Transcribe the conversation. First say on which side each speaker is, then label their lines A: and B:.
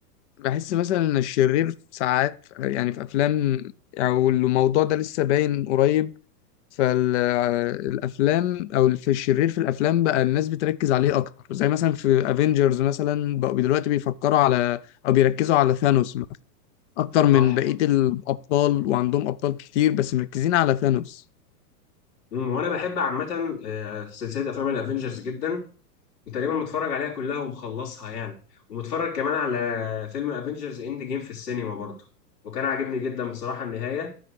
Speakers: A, on the left; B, on the left.
A: بحس مثلا ان الشرير ساعات يعني في افلام او الموضوع ده لسه باين قريب فالافلام او في الشرير في الافلام بقى الناس بتركز عليه اكتر زي مثلا في افنجرز مثلا بقوا دلوقتي بيفكروا على او بيركزوا على ثانوس مثلا اكتر من
B: صح
A: بقية الابطال وعندهم ابطال كتير بس مركزين على ثانوس
B: امم وانا بحب عامة آه، سلسلة افلام الافينجرز جدا وتقريبا متفرج عليها كلها ومخلصها يعني ومتفرج كمان على فيلم افينجرز اند جيم في السينما برضه وكان عاجبني جدا بصراحة النهاية